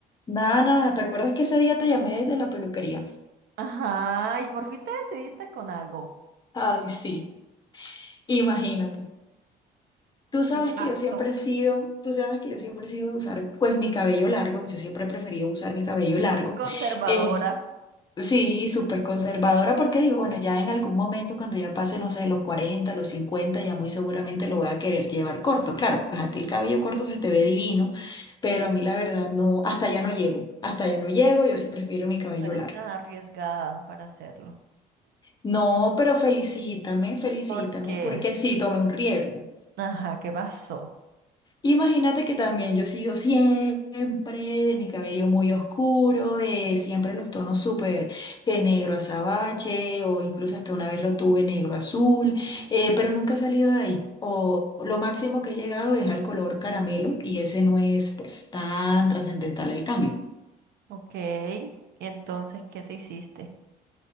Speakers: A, on the left (about 25°); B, on the right (about 70°).
A: Nada, nada, ¿te acuerdas que ese día te llamé de la peluquería?
B: Ajá, y por fin te decidiste con algo.
A: Ay, sí, imagínate. Tú sabes
B: ¿Qué pasó?
A: que yo siempre he sido, tú sabes que yo siempre he sido de usar pues mi cabello largo, yo siempre he preferido usar mi cabello largo.
B: Muy conservadora.
A: Eh, sí, súper conservadora porque digo, bueno, ya en algún momento cuando ya pase, no sé, los 40, los 50, ya muy seguramente lo voy a querer llevar corto. Claro, pues a ti el cabello corto se te ve divino, pero a mí la verdad no, hasta allá no llego, hasta allá no llego, yo sí prefiero mi cabello
B: No eres
A: largo.
B: tan arriesgada para hacerlo.
A: No, pero felicítame, felicítame,
B: ¿Por qué?
A: porque sí tomé un riesgo.
B: Ajá, ¿qué pasó?
A: Imagínate que también yo he sido siempre de mi cabello muy oscuro, de siempre los tonos súper que negro azabache, o incluso hasta una vez lo tuve negro azul, eh, pero nunca he salido de ahí. O lo máximo que he llegado es al color caramelo y ese no es pues tan trascendental el cambio.
B: Ok. ¿Y entonces qué te hiciste?